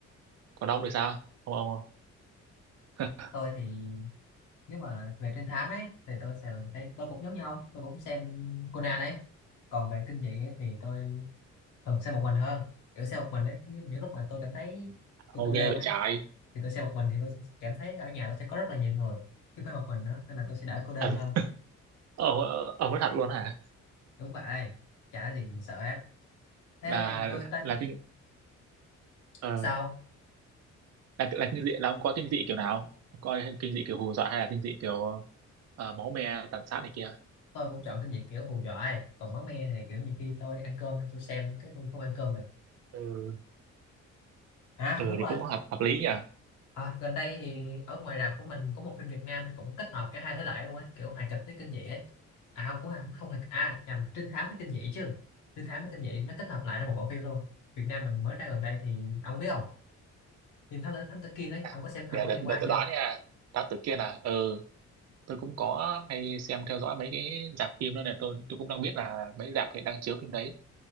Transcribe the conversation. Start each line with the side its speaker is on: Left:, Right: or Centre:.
Right: còn ông thì sao ông, ông <laughs>
Left: tôi thì nếu mà về trinh thám ấy thì tôi sẽ thấy tôi cũng giống như ông tôi cũng xem Conan ấy còn về kinh dị ấy, thì tôi thường xem một mình hơn kiểu xem một mình ấy những, những lúc mà tôi cảm thấy
Right: ông
Left: tôi cô đơn
Right: vậy
Left: ấy
Right: trái
Left: thì tôi xem một mình thì tôi sẽ cảm thấy ở nhà tôi sẽ có rất là nhiều người chứ không phải một mình nữa nên là tôi sẽ đỡ cô đơn
Right: Thật.
Left: hơn
Right: ông ông nói thật luôn hả
Left: đúng vậy chả gì sợ hết thế
Right: là
Left: tôi tên
Right: là kinh ờ,
Left: sao
Right: là là kinh dị là ông coi kinh dị kiểu nào coi kinh dị kiểu hù dọa hay là kinh dị kiểu ờ, máu me tàn sát này kia
Left: tôi cũng chọn kinh dị kiểu hù dọa ấy. còn máu me thì kiểu nhiều khi tôi ăn cơm xong tôi xem cái tôi không ăn cơm được
Right: ừ
Left: à
Right: ừ
Left: đúng rồi
Right: thì cũng hợp hợp lý nhỉ
Left: À, gần đây thì ở ngoài rạp của mình có một phim Việt Nam cũng kết hợp cả hai thể loại luôn ấy kiểu hài kịch với kinh dị ấy à không cũng không không hài à nhầm trinh thám với kinh dị chứ trinh thám với kinh dị nó kết hợp lại ra một bộ phim luôn Việt Nam mình mới ra gần đây thì ông biết không phim thám tử thám tử Kiên ấy
Right: À,
Left: ông có xem ông
Right: để
Left: có
Right: để,
Left: nghe qua
Right: để tôi
Left: chưa
Right: đoán nha đoán từ kia là ừ tôi cũng có hay xem theo dõi mấy cái rạp phim đó này tôi tôi cũng đang biết là mấy rạp hiện đang chiếu phim đấy